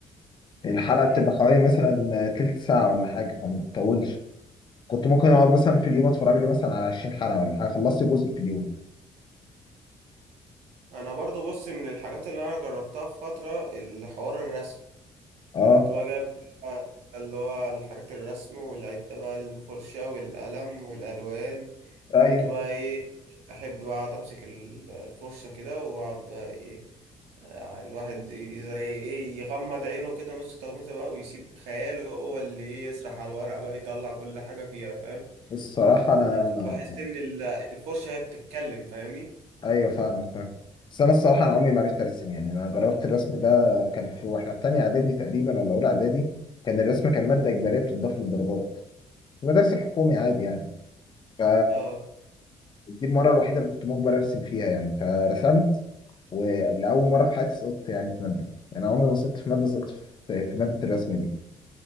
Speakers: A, on the left; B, on the right.
A: الحلقه بتبقى
B: مم.
A: حوالي مثلا آه، تلت ساعه ولا حاجه فما بتطولش كنت ممكن اقعد مثلا في اليوم اتفرج لي مثلا على 20 حلقه ولا حاجه خلصت جزء في اليوم
B: أنا برضو بص من الحاجات اللي أنا جربتها في فترة الحوار الرسم
A: اه
B: كنت بقى جايب اللي هو الحاجات الرسم والعدة بقى الفرشة والقلم والألوان
A: ايوه
B: كنت بقى ايه احب بقى اقعد امسك ال- الفرشه كده واقعد بقى ايه آه، الواحد ي- زي ايه يغمض عينه كده نص تغميسه بقى ويسيب خياله هو اللي ايه يسرح على الورق بقى يطلع كل حاجه فيها فاهم
A: الصراحه انا
B: يعني كنت بحس ان ال- الفرشه هي بتتكلم فاهمني
A: ايوه فاهمك فاهم بس انا الصراحه انا عمري ما عرفت ارسم يعني انا جربت الرسم ده كان في واحنا في تانية اعدادي تقريبا ولا اولى اعدادي كان الرسم كان ماده اجباريه بتضاف للدرجات في المدارس الحكومي عادي يعني ف
B: اه
A: دي المره الوحيده اللي كنت مجبر ارسم فيها يعني فرسمت ولأول مره في حياتي سقطت يعني في ماده يعني انا عمري ما سقطت في ماده سقطت في في ماده الرسم دي